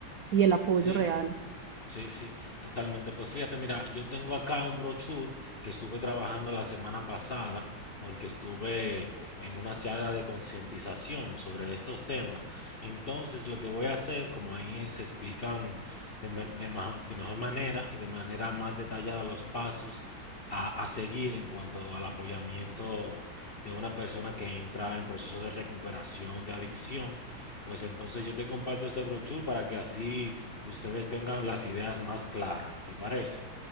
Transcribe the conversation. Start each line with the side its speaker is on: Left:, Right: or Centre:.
Right: y el apoyo
Left: ¿sí?
Right: real.
Left: Sí, sí, totalmente. Pues fíjate, mira, yo tengo acá un brochure que estuve trabajando la semana pasada porque estuve en una charla de concientización sobre estos temas. Entonces, lo que voy a hacer, como ahí se explican de, me- de majo- de mejor manera y de manera más detallada los pasos a, a seguir en cuanto al apoyamiento de una persona que entra en proceso de recuperación de adicción, pues entonces yo te comparto este brochure para que así ustedes tengan las ideas más claras, ¿te parece?